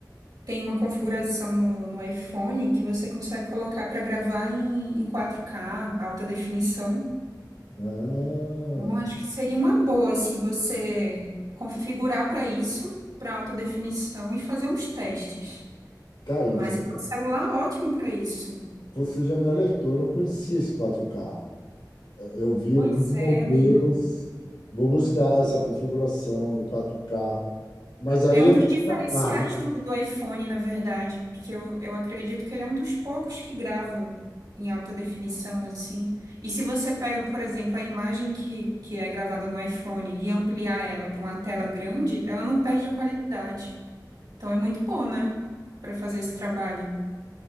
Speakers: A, on the right; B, on the left.
A: Tem uma configuração no, no iPhone que você consegue colocar para gravar em, em 4K, alta definição.
B: Ah,
A: Então, acho que seria uma boa, assim, você configurar para isso, para alta definição e fazer uns testes.
B: tá aí,
A: Mas
B: você,
A: é um celular ótimo para isso.
B: você já me alertou, eu não conhecia esse 4K. Eu vi
A: Pois
B: alguns modelos,
A: é, amigo.
B: vou buscar essa configuração do 4K, mas aí
A: É um
B: é
A: dos
B: muita
A: diferenciais
B: carga.
A: do, do iPhone, na verdade, porque eu, eu acredito que ele é um dos poucos que grava em alta definição, assim. E se você pega, por exemplo, a imagem que, que é gravada no iPhone e ampliar ela para uma tela grande, ela não perde a qualidade. Então é muito bom, né, para fazer esse trabalho.